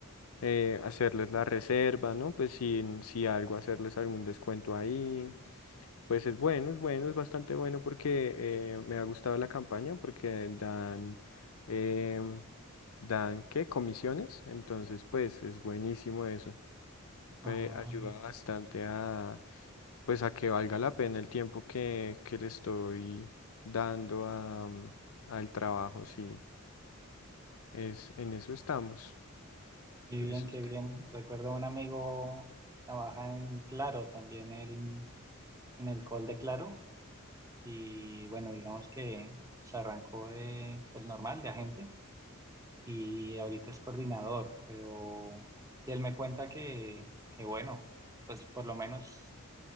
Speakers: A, on the left (about 80°); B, on the right (about 15°).
A: eh, hacerles la reserva, ¿no? Pues si, si algo, hacerles algún descuento ahí. Pues es bueno, es bueno, es bastante bueno porque eh, me ha gustado la campaña porque dan, em, dan, ¿qué? Comisiones. Entonces, pues es buenísimo eso.
B: Ah,
A: Eh, ayuda bastante a, pues a que valga la pena el tiempo que, que le estoy dando a, mm, al trabajo, sí. Es, en eso estamos.
B: qué bien,
A: Eso
B: qué
A: te-
B: bien. Recuerdo un amigo trabaja en Claro, también él, en el call de Claro. Y bueno, digamos que se arrancó de, pues normal, de agente. y ahorita es coordinador, pero si él me cuenta que, que bueno, pues por lo menos